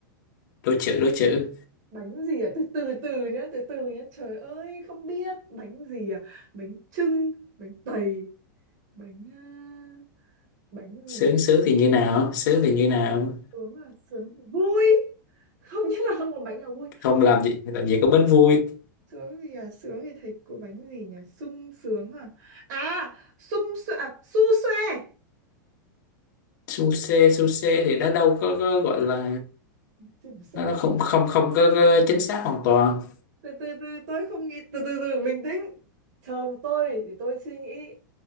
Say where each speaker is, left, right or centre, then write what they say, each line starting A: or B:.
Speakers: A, on the left; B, on the right.
A: đố chữ đố chữ
B: bánh gì à từ từ từ nhá từ từ nhá trời ơi không biết bánh gì à bánh chưng bánh tày bánh à, bánh
A: sướng
B: gì
A: sướng thì như nào sướng thì như nào
B: sướng là sướng thì vui không nhưng mà không có bánh nào vui
A: không làm gì làm gì có bánh vui
B: sướng gì à sướng thì thấy có bánh gì nhỉ sung sướng à à sung xoe à, su xoe
A: su xê su xê thì nó đâu có, có gọi là
B: Tưởng sung
A: nó nó không không không có, có chính xác hoàn toàn
B: từ từ từ tôi không nghĩ từ từ từ bình tĩnh chờ tôi thì tôi suy nghĩ